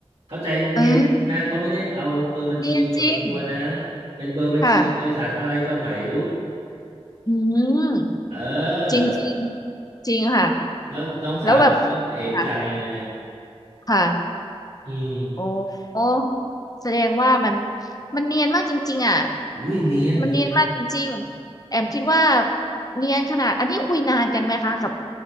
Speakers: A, on the right; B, on the left.
A: เข้าใจเนียนนะเขาไม่ได้เอาเบอร์บัญชีส่วนตัวนะ
B: เออเนียนจริง
A: เป็นเบอร์บัญชีบริษัทอะไรก็ไม่รู้
B: ค่ะอืม
A: เออ
B: จริงจริงจริงค่ะ
A: แล้วน้องสาวผมก็เอะใจไง
B: แล้วแบบค่ะค่ะ
A: อืม
B: โอ้โอ้แสดงว่ามันมันเนียนมากจริงๆอ่ะ
A: อุ้ยเนียนเนียน
B: มันเนียนมากจริงๆ แอมคิดว่าเนียนขนาด อันนี้คุยนานกันไหมคะกับ